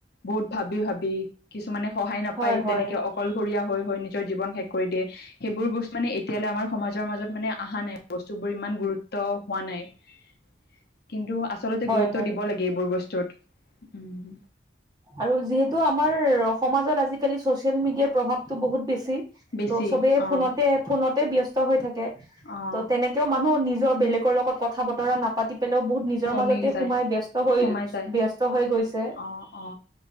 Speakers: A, on the left; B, on the right.
A: বহুত ভাবি ভাবি । কিছুমানে সহায় নাপায়
B: হয় হয়
A: তেনেকে অকলশৰীয়া । হৈ নিজৰ জীৱন শেষ কৰি দিয়ে সেইবোৰ বস্তু মানে এতিয়ালৈ আমাৰ সমাজৰ মাজত মানে অহা নাই বস্তুবোৰ ইমান গুৰুত্ব হোৱা নাইন্ত আচলতে
B: হয়
A: গুৰুত
B: হয়
A: দিবালাগে এইবোৰ বস্তু চট উম ।
B: আৰু যিহেতু আমাৰ সমাজত আজিকালি চচিয়েল মিডিয়াৰ প্ৰভাৱতটো বহুত বেছি ।
A: বেছি
B: ত চবে
A: অ
B: ফোনতে ফোনত তে ব্যস্ত হৈ থাকে ।
A: অ
B: ত' তেনেকেও মানুহ নিজ বেলেগৰ লগত কথা বতৰা নাপাতি । পলেও বহুত নিজৰ
A: কমি
B: মাজতে
A: যায়
B: সোমাই ব্যস্ত হৈ
A: সোমাই যায়
B: ব্যস্ত হৈ গৈছে ।।
A: অ অ